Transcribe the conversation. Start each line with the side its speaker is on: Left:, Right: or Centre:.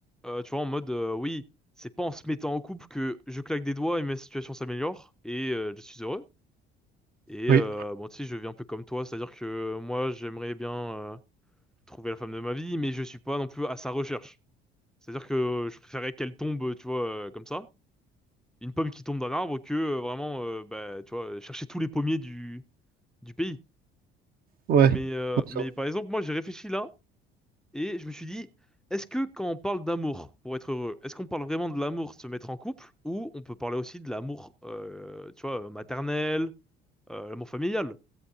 Centre: Euh, tu vois, en mode, euh, oui, c'est pas en se mettant en couple que je claque des doigts et ma situation s'améliore et euh, je suis heureux. Et
Right: Oui,
Centre: euh, bon, tu sais, je vis un peu comme toi, c'est-à-dire que moi, j'aimerais bien euh, trouver la femme de ma vie, mais je suis pas non plus à sa recherche. C'est-à-dire que euh, je préférais qu'elle tombe, euh, tu vois, euh, comme ça, une pomme qui tombe d'un arbre, que euh, vraiment, euh, bah, tu vois, euh, chercher tous les pommiers du, du pays.
Right: ouais.
Centre: Mais, euh,
Right: Ouais, ça
Centre: mais
Right: va.
Centre: par exemple, moi, j'ai réfléchi là, et je me suis dit, est-ce que quand on parle d'amour, pour être heureux, est-ce qu'on parle vraiment de l'amour de se mettre en couple, ou on peut parler aussi de l'amour, euh, tu vois, euh, maternel, euh, l'amour familial?